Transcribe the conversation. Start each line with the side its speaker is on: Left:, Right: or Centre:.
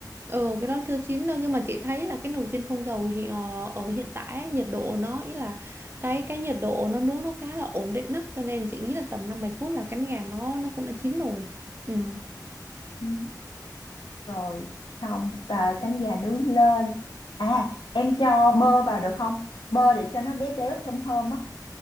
Right: Ừ, cái đó chưa chín đâu nhưng mà chị thấy là cái nồi chiên không dầu thì, ờ, ở hiện tại ấy, nhiệt độ nó ý là cái cái nhiệt độ nó nướng nó khá là ổn định đó cho nên chị nghĩ là tầm 5 7 phút là cánh gà nó nó cũng đã chín rồi. Ừ.
Left: Ừ. rồi xong à, cánh gà nướng lên à em cho bơ vào được không bơ để cho nó béo béo thơm thơm á